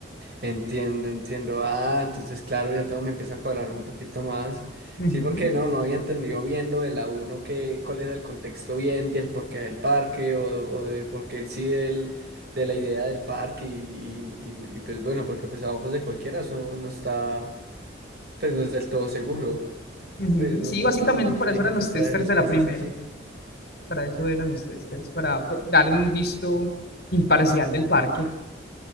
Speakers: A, on the right; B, on the left.
A: Entiendo, entiendo. Ah, entonces, claro, ya todo me empieza a cuadrar un poquito más.
B: Ujú.
A: Sí, porque no, no había entendido bien lo de la uno que cuál era el contexto bien del porqué del parque o, o de por qué en sí del, de la idea del parque y, y- y, pues bueno, porque pues a ojos de cualquiera eso no está, pues no es del todo seguro.
B: Ujú,
A: Pues no,
B: Sí,
A: no
B: básicamente
A: suena muy inteligente
B: para eso eran los
A: traer
B: testers
A: especies
B: de la primera,
A: así.
B: para eso eran los testers, para pe- dar un visto imparcial del parque.